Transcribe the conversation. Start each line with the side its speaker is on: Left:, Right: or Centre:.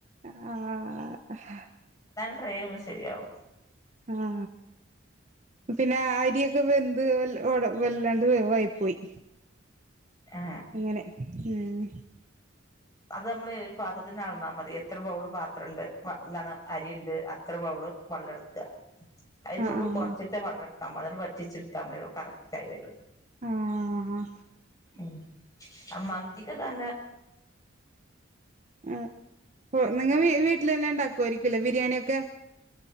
Right: ആ ആ
Left: ട്രൈയും ശരിയാവും
Right: ആ പിന്നെ അരിയൊക്കെ വെന്ത് അത് ഓടെ വല്ലാണ്ട് വേവായി പോയി
Left: ഏ
Right: ഇങ്ങനെ ഊം
Left: അത് നമ്മള് അ ഒരു പാത്രത്തിന് അളന്നാൽ മതി എത്ര ബൗള് പാത്രണ്ട് എന്താണ് അരിണ്ട് അത്ര ബൗള് വള്ളം എടുക്കകാ അതിന്നുള്ള്
Right: ആ ആ
Left: കെറച്ചിട്ട് വെള്ള എട നമ്മള് വറ്റിച്ചെടുക്കാ ഇ കറക്റ്റ് ആയി വരും
Right: ആ ആ
Left: ഉം ആ മന്തിക്ക് കത
Right: ആ നിങ്ങ വീ വീ തന്ന ഒണ്ടാക്കുവയിരിക്കും അല്ലെ ബരിയാണിയെക്കെ ക്കെ